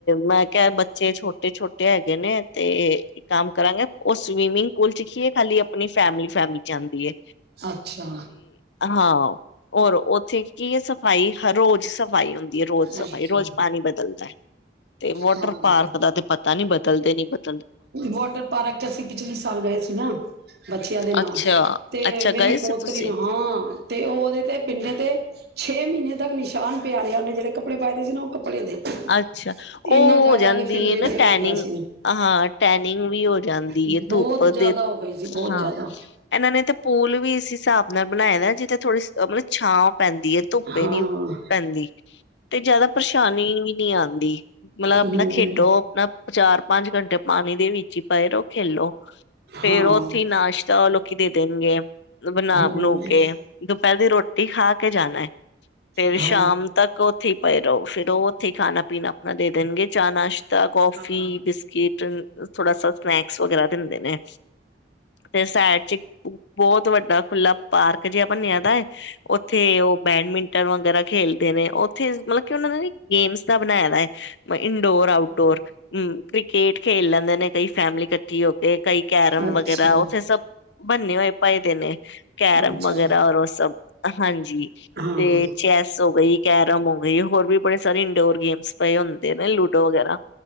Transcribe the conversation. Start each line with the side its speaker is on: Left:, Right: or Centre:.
Left: ਮੈਂ ਕਿਹਾ ਬੱਚੇ ਛੋਟੇ-ਛੋਟੇ ਹੈਗੇ ਨੇ ਤੇ, ਕੰਮ ਕਰਾਂਗੇ ਉਹ ਸਵੀਮਿੰਗ ਪੂਲ ਚ ਹੀਏ ਖਾਲੀ ਆਪਣੀ ਫੈਮਿਲੀ-ਫੈਮਲੀ, ਜਾਂਦੀ ਏ,
Right: ਅੱਛਾ,
Left: ਹਾਂ ਹੋਰ ਉੱਥੇ ਕੀ ਹੈ ਸਫ਼ਾਈ ਹਰ ਰੋਜ਼ ਸਬ- ਸਫ਼ਾਈ ਹੁੰਦੀ ਹੈ ਰੋਜ਼ ਸਫ਼ਾਈ
Right: ਅੱਛਾ
Left: ਰੋਜ਼ ਪਾਣੀ ਬਦਲਦਾ ਤੇ ਵਾਟਰ
Right: ਹਾਂ ਹਾਂ।
Left: ਪਾਰਕ ਦਾ ਤੇ ਪ- ਤਾਂ ਨੀ ਬਦਲਦੇ ਨੀ ਬਦ-
Right: ਵਾਟਰ ਪਾਰਕ ਚ ਅਸੀਂ ਪਿਛਲੀ ਸਾਲ ਗਏ ਸੀ ਨਾ ਬੱਚਿਆਂ ਦੇ ਨਾਲ-
Left: ਅੱਛਾ
Right: ਤੇ
Left: ਅੱਛਾ
Right: ਮੇਰੀ
Left: ਗਏ ਸੀ
Right: ਪੋਤਰੀ
Left: ਤੁਸੀਂ
Right: ਨੂੰ ਹਾਂ ਤੇ ਉਹ ਉਹਦੇ ਤੇ ਪਿੰਡੇ ਤੇ ਛੇ ਮਹੀਨੇ- ਨਿਸ਼ਾਨ ਪਿਆ ਰਿਹਾ ਉਨੇ ਜਿਹੜੇੱ ਕਪੜੇ ਪਾਏ ਦੇ ਸੀ ਨਾ ਉਹ ਕਪੜੇ- ਕੱਪੜੇ ਦੇ
Left: ਅੱਛਾ ਉਹ
Right: ਇੰਨਾ ਜ਼ਿਆਦਾ
Left: ਹੋ ਜਾਂਦੀ
Right: ਉਹਦੇ ਪਿੰਡੇ
Left: ਹੈ ਨਾ
Right: ਤੇ
Left: ਟੈਨਿੰਗ
Right: ਹੋ ਗਿਆ ਸੀ ਨਾ
Left: ਹਾਂ ਟੈਨਿੰਗ ਵੀ ਹੋ ਜਾਂਦੀ
Right: ਬਹੁਤ
Left: ਏ ਧੁੱਪ
Right: ਜ਼ਿਆਦਾ
Left: ਦੇ
Right: ਹੋ ਗਈ ਸੀ ਬਹੁਤ
Left: ਹਾਂ
Right: ਜ਼ਿਆਦਾ
Left: ਇਹਨਾਂ ਨੇ ਤੇ ਪੂਲ ਵੀ ਇਸ ਹਿਸਾਬ ਨਾ- ਆਪਣੇ ਆਪ ਬਣਾਯਾ ਦੈ ਜਿੱਥੇ ਥੋੜੀ ਮਤਲਬ ਛਾਂ- ਪੈਂਦੀ ਹੈ ਧੁੱਪੇ
Right: ਹਾਂ
Left: ਨੀ ਪੈਂਦੀ- ਤੇ ਜ਼ਿਆਦਾ ਪਰੇਸ਼ਾਨੀ ਵੀ- ਨੀ ਆਂਦੀ- ਮਤਲਬ
Right: ਹਮ
Left: ਆਪਣਾ ਖੇਡੋ ਆਪਣਾ- ਚਾਰ ਪੰਜ ਘੰਟੇ ਪਾਣੀ ਦੇ ਵਿੱਚ ਹੀ ਪਏ ਰਹੋ ਖੇਲੋ ਫੇਰ
Right: ਹਾਂ
Left: ਉੱਥੇ ਹੀ ਨਾਮ਼ਤਾ ਲੋਕ ਕਿ ਦੇ ਦੇਣਗੇ ਬਣਾ
Right: ਹੂੰ,
Left: ਬਣੂ ਕੇ ਦੁਪਹਿਰ ਦੀ ਰੋਟੀ ਖਾ ਕੇ ਜਾਣਾ ਏ ਫੇਰ
Right: ਹਾਂ।
Left: ਸ਼ਾਮ ਤੱਕ ਉੱਥੇ ਪਏ ਰਹੋ ਫਿਰ ਓਹ ਉੱਥੇ
Right: ਹਾਂ,
Left: ਖਾਣਾ ਪੀਣਾ ਆਪਣਾ ਦੇ ਦੇਣਗੇ ਚਾਹ ਨਾਸ਼ ਕੌਫੀ
Right: ਹਾਂ,
Left: ਬਿਸਕਿਟ ਥੋੜਾ ਸਾ ਸਨੈਕ ਵਗੈਰਾ ਦਿੰਦੇ ਨੇ ਤੇ ਸਹਿਰ ਚ ਬਹੁਤ ਬਹੁ ਵੱਡਾ ਖੁੱਲਾ ਪਾਰਕ ਜਿਹਾ ਬੰਨਿਆ ਦਾ ਹੈ ਉੱਥੇ ਉਹ ਬੈਡਮਿੰਟ ਟਰ ਵਗੈਰਾ ਖੇਲਦੇ ਨੇ ਉੱਥੇ ਮਤਲਬ ਕਿ ਉਹਨਾਂ ਦਾ ਨੀ ਗੇਮਸ ਦਾ ਬਣਾਇਆ ਦਾ ਏ ਇਨਡੋਰ ਆਊਟ ਡੋਰ
Right: ਹਾਂ।
Left: ਹਮ ਕ੍ਰਿਕੇਟ ਖੇਲ ਲੈਂਦੇ ਨੇ ਕਈ ਫੈਮਲੀ ਹੋ ਕੇ ਕਈ ਕੈਰਮ
Right: ਅੱਛਾ,
Left: ਵਗੈਰਾ ਉੱਥੇ ਸਬ ਬੰਨੇ ਹੋਏ ਪਏ ਦੇ ਨੇ ਕੈਰਮ
Right: ਅੱਛਾ,
Left: ਵਗੈਰਾ ਔਰ ਉਹ ਸਭ ਹਾਂਜੀ
Right: ਹਾਂ,
Left: ਤੇ ਚੈਸ ਹੋ ਗਈ ਕੈਰਮ <unintelligible> ਹੋਰ ਵੀ ਸਾਰੀ ਇਨਡੋਰ ਗੇਮ ਹੁੰਦੇ ਨੇ ਲੂਡੋ ਵਗੈਰਾ